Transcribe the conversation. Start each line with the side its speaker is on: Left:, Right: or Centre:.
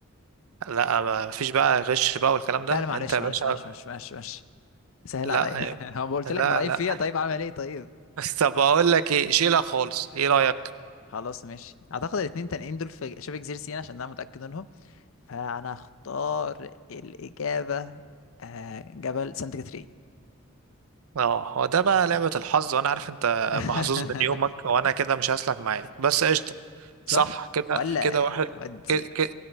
Right: لا ما فيش بقى غش بقى والكلام ده
Left: لا لا معلش
Right: انت يا
Left: معلش
Right: باشا
Left: معلش معلش معلش, معلش. سهل
Right: لا
Left: عليا <laughs> هو قلت
Right: لا
Left: لك ضعيف
Right: لا
Left: فيها طيب اعمل ايه طيب
Right: <laughs> طب اقول لك ايه شيلها خالص ايه رأيك
Left: خلاص ماشي اعتقد الاتنين تانيين دول في شبه جزيرة سيناء عشان انا متأكد منهم فانا اختار الاجابة آه، جبل سانت كاترين
Right: اه هو ده بقى لعبة الحظ وانا عارف انت
Left: <laughs>
Right: محظوظ من يومك وانا كده مش هسلك معاك بس قشطة
Left: صح
Right: صح كده
Left: ولا
Right: كده واحد
Left: ودي
Right: كده كده